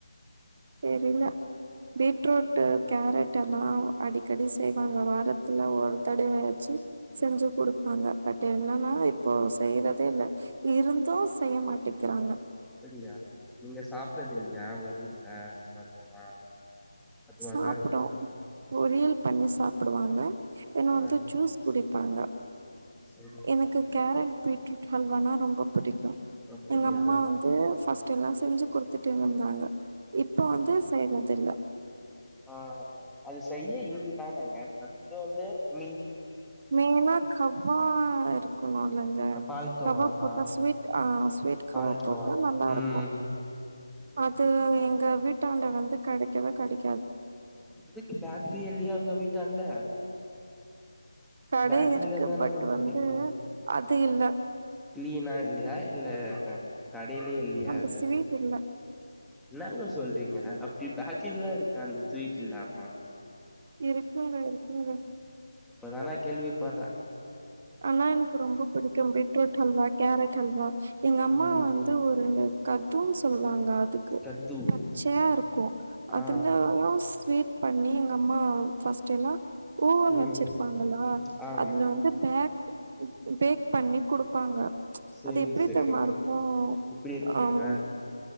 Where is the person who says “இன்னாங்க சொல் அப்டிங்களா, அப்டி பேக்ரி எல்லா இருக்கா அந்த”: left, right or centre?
Centre